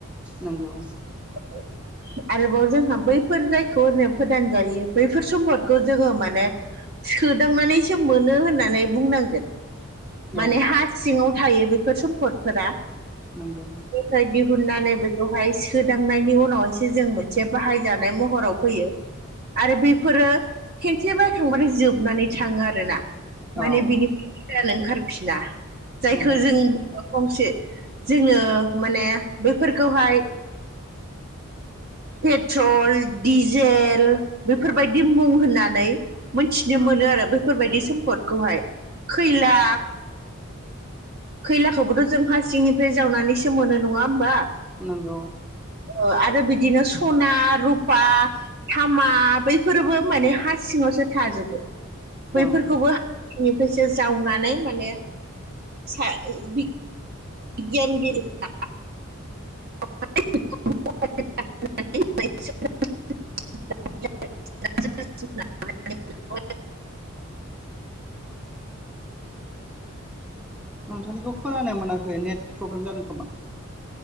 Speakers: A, in the centre; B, on the right.
A: नंगौ
B: औ आरोबाव जोंहा बैफोर जायखौ होनो फोदान जायि बैफोर सम्पदखौ जोङो माने सोदांनानैसो मोनो होननानै बुंनांगोन माने
A: औ
B: हाजो सिङाव थायो बेफोर सम्पदफोरा
A: नंगौ
B: फ्राय दिहुननानै बेखौहाय सोदांनायनि उनावसो जों मोनसे बाहायजानाय महराव फैयो आरो बेफोरो खेनसे बायखांबानो जोबनानै थाङो आरो आर ना माने
A: औ
B: बिनिफ्रायानो ओंखारफिना जायखौ
A: नंगौ
B: जों गंसे जोङो माने बेफोरखौहाय पेट्रल डिजेल बेफोरबायदि मुं होननानै मोनथिनो मोनो आरो बेफोरबायादि सम्पदखौहाय खैला खैलाखौबोथ' जों हा सिंनिफ्राय जावनानैसो मोनो नङा होमबा
A: नंगौ
B: ओ आरो बिदिनो सना रुफा थामा बैफोरबो माने हा सिङावसो थाजोबो बैफोरखौबो
A: औ
B: हानिफ्रायसो जावनानै माने सा <unintelligible> बिगियानगिरिफ्रा <unintelligible> <unintelligible>
A: नोंथांनिखौ खोनानो मोनाखै नेट प्रब्लेम जादों खोमा